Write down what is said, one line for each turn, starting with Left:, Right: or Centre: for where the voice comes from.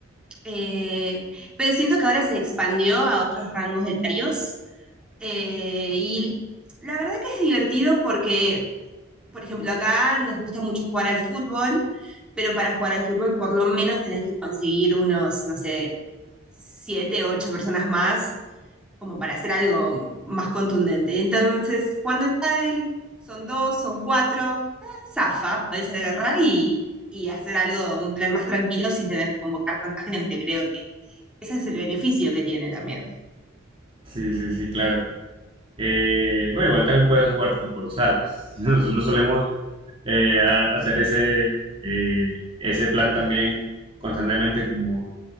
Centre: Eh, pero siento que ahora se expandió a otros rangos etarios. eh, y la verdad que es divertido porque por ejemplo, acá nos gusta mucho jugar al fútbol, pero para jugar al fútbol por lo menos tenés que conseguir unos, no sé, siete, ocho personas más, como para hacer algo más contundente. Entonces, jugando el pádel, son dos, son cuatro, eh, zafa, podés agarrar y, y hacer algo, un plan más tranquilo sin tener que convocar tanta gente. Creo que ese es el beneficio que tiene también.
Right: Sí, sí, sí, claro. Eh, bueno, igual también puedes jugar fútbol sala. <laughs> Nosotros solemos eh, a- hacer ese, eh, ese plan también constantemente, como